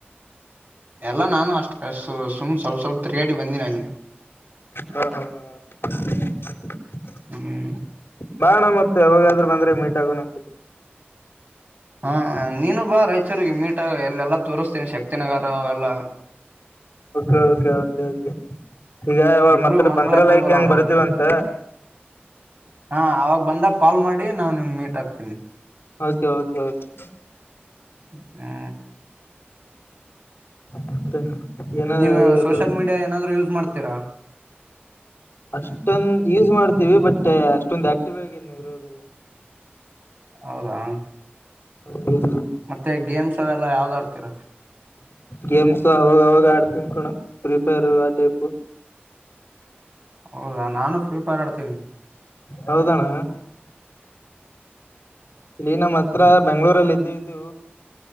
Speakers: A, on the right; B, on the left.
A: ಎಲ್ಲಾ ನಾನು ಅಷ್ಟು ಕಷ್ಟು ಸುಮ್ ಸ್ವಲ್ಪ ಸ್ವಲ್ಪ ತಿರ್ಗಾಡಿ ಬಂದಿನ ಅಲ್ಲಿ
B: ಹಾ ಹಾ ಹಾ <inaudible>
A: ಹ್ಮ್
B: ಬಾ ಅಣ್ಣ ಮತ್ ಯಾವಾಗಾದ್ರು ಬಂದ್ರೆ ಮೀಟ್ ಆಗುಣಂತ
A: ಹಾ ನೀನು ಬಾ ರೈಚೂರಿಗೆ ಮೀಟ ಎಲ್ಲೆಲ್ಲಾ ತೋತೀನಿ ಶಕ್ತಿನಗರ ಅವೆಲ್ಲಾ <inaudible>
B: <unintelligible> ಈಗ
A: ಇಬ್ರು
B: ಮತ್ರ ಮಂತ್ರಾಲಯಕ್ಕೆ
A: ಹೋಗಿ ಬರೋಣ
B: ಹೆಂಗ್ ಬರ್ತಿವಂತ
A: ಹಾ ಅವಾಗ ಬಂದಾಗ ಕಾಲ್ ಮಾಡಿ ನಾನು ನಿಮ್ ಮೀಟ್ ಹಾಕ್ತೀನಿ
B: ಹೌದೆ ಓಕೆ ಕೆ
A: ಹ್ಮ
B: ಮತ್ತೆ ಏನರು
A: ನೀವು ಸೋಷಿಯಲ್ ಮೀಡಿಯಾ ಏನಾದ್ರು ಯೂಸ್ ಮಾಡ್ತೀರಾ
B: ಅಷ್ಟೊಂದ ಯೂಸ್ ಮಾಡ್ತೀವಿ ಬಟ್ ಅಷ್ಟೊಂದು ಆಕ್ಟಿವ್ ಆಗಿ ಏನು ಇರೋದಲ್ಲ
A: ಹೌದಾ
B: ಆ
A: ಮತ್ತೆ ಗೇಮ್ಸ್ ಅವೆಲ್ಲ ಯಾವ್ದ್ ಆಡ್ತೀರಾ
B: ಗೇಮ್ಸ್ ಅವಾಗವಾಗ ಆಡ್ತನಿ ಕಣೋ ಪ್ರಿ ಫೈರ್ ಆ ಟೈಪ್
A: ಹೌದಾ ನಾನು ಫ್ರೀ ಫೈರ್ ಆಡ್ತೀನಿ
B: ಹೌದಣ್ಣ ಇಲ್ಲಿ ನಮ್ಮ್ ಹತ್ರ ಬೆಂಗ್ಳೂರಲ್ಲಿ ಇದ್ದ ಇದ್ದು